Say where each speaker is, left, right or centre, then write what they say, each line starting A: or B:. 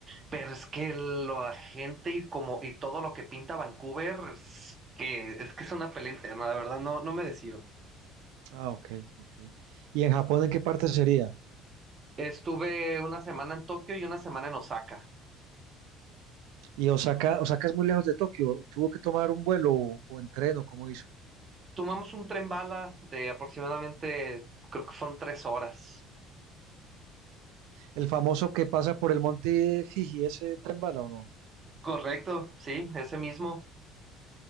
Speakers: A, on the right; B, on the right.
A: pero es que la gente y como, y todo lo que pinta Vancouver, es que, es que es una pelea interna, la verdad, no, no me decido.
B: Ah, ok, ok. ¿Y en Japón, en qué parte sería?
A: Estuve una semana en Tokio y una semana en Osaka.
B: Y Osaka, Osaka es muy lejos de Tokio. ¿Tuvo que tomar un vuelo o, o en tren o cómo hizo?
A: Tomamos un tren bala de aproximadamente, creo que fueron tres horas.
B: el famoso que pasa por el monte Fiji, ese tren bala o no.
A: Correcto, sí, ese mismo.